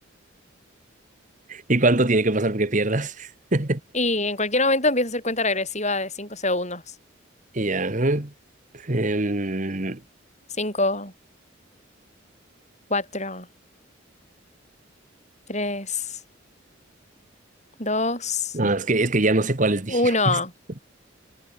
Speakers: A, on the right; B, on the left.
A: ¿Y cuánto tiene que pasar porque pierdas? <laughs>
B: Y en cualquier momento empiezo a hacer cuenta regresiva de 5 segundos.
A: Y Ya. ajá. em,
B: Cinco, cuatro, tres, dos,
A: no, es que, es que ya no sé cuáles dijimos.
B: uno.
A: <laughs>